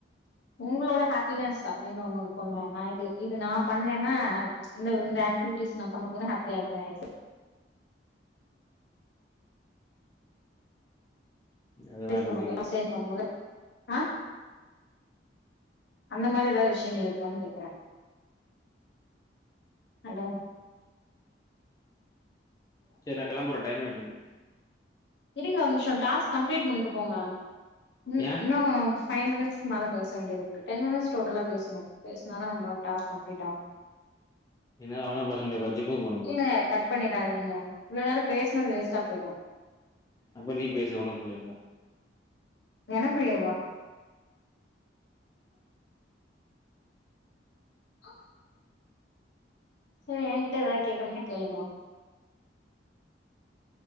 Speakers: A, on the left (about 65°); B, on the left (about 20°).
A: உங்களோட ஹேப் பினஸ் அப்டினு ஒன்னு இருக்குல்ல நா இது இது நா பண்ணேன்னா இந்த இந்த‌ அக்டிவிட்டிஸ் நா பண்ணும் போது ஹேப்பியா இருப்பே <inaudible>
B: அதெல்லா
A: <inaudible>
B: இப்போதைக்கு வேணா
A: ஆஹ் அந்த மாரி ஏதாது விஷயங்கள் இருக்கான்னு கேக்குறேன் ஹல்லோ
B: சரி நா கெளம்புறேன் டைம் ஆ
A: இருங்க ஒரு நிம் சோம் டாஸ்க் கம்ப்ளீட் பண்ட்டு போங்க ம்
B: ஏன்
A: இன்னோ ஃபை மினிட்ஸ்க்கு மேல பேச வேண்டியது இருக்கு டென் மினிட்ஸ் டோட்டலா பேசுணும் பேசனாதா நம்ம டாஸ்க் கம்ப்ளீட்‌ ஆவும்
B: என்னால அவ்ளநேரம் பேச முடியாதுப்பா ஜிம்முக்கு போனும்ப்பா
A: இல்ல கட் பண்ணிடாதீங்க இவ்ளோ நேரம் பேஸ் சுனது வேஸ்ட்டா போய்டும்
B: அப்ப நீ பேசு உனக்குள்ளயே இந்தா
A: எனக்குள்ளேயவா <inaudible> சேரி என்கிட்ட ஏதாது கேக்கனும்னா கேளுங்க